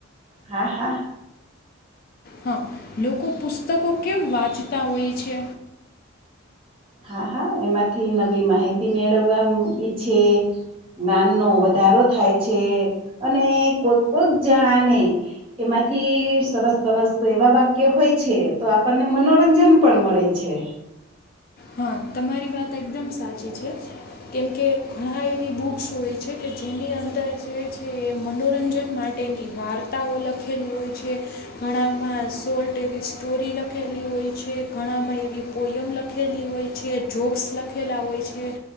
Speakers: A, on the right; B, on the left.
A: હા હા
B: હા લોકો પુસ્તકો કેમ વાંચતા હોય છે
A: હા હા એમાંથી નવી માહિતી મેળવવા ઈછે જ્ઞાનનો વધારો થાય છે અને કોઈક કોક જણાને એમાંથી સરસ સરસ એવા વાક્ય હોય છે તો આપણને મનોરંજન પણ મળે છે
B: હા તમારી વાત એકદમ સાચી છે કેમકે ઘણા એવી બુક શું એ છે કે જેની અંદર જે છે મનોરંજન માટેની વાર્તાઓ લખેલી હોય છે ઘણામાં શોર્ટ એવી સ્ટોરી લખેલી હોય છે ઘણામાં એવી પોયમ લખેલી હોય છે જોક્સ લખેલા હોય છે